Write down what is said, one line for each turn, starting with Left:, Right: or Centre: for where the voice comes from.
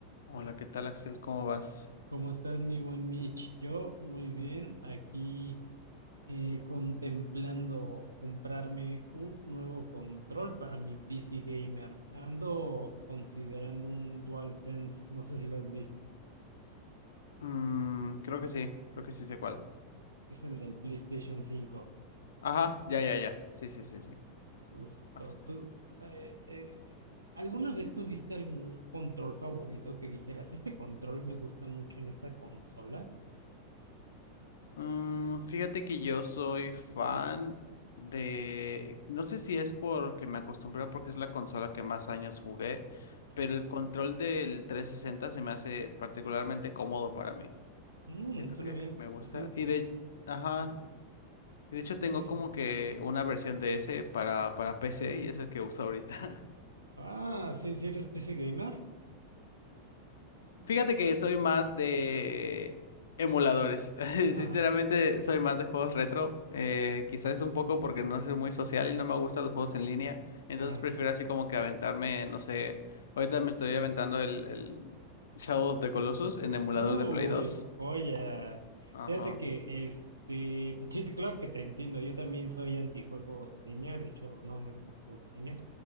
Left: Hola, ¿qué tal, Axel? ¿Cómo vas?
Right: ¿Cómo estás, mi buen Mitch? Yo muy bien, aquí eh, contemplando comprarme un nuevo control para mi PC gamer. Ando considerando un DualSense, no sé si lo has visto.
Left: Mm, creo que sí, creo que sí sé cuál.
Right: Es el del PlayStation 5.
Left: Ajá, ya, ya, ya. Sí, sí, sí, sí.
Right: Justo,
Left: Vas.
Right: tú. eh, eh, ¿alguna vez tuviste algún control favorito que dijeras, este control me gusta mucho en esta consola?
Left: Mm, fíjate que yo soy fan de... No sé si es porque me acostumbré o porque es la consola que más años jugué,
Right: Ajá.
Left: pero el control del 360 se me hace particularmente cómodo para mí.
Right: Mm,
Left: Siento
Right: suena
Left: que
Right: bien.
Left: me gusta.
Right: Es un.
Left: Y de... Ajá.
Right: <laughs> ajá,
Left: y De hecho, tengo
Right: Sí, sí.
Left: como que una versión de ese para, para PC y es el que uso ahorita.
Right: Ah, sí, sí eres PC gamer.
Left: Fíjate que soy más de emuladores. <laughs>
Right: Ajá,
Left: Sinceramente, soy más de juegos retro. Eh, quizás es un poco porque no soy muy social y no me gustan los juegos en línea. Entonces
Right: ajá.
Left: prefiero así como que aventarme, no sé. Ahorita me estoy aventando el, el Shadow of the Colossus en emulador
Right: Uy,
Left: de Play dos.
Right: joya.
Left: Ajá.
Right: Fíjate que este, sí, te- claro que te entiendo. Yo también soy antijuegos en línea. De hecho, no me gustan los juegos en línea.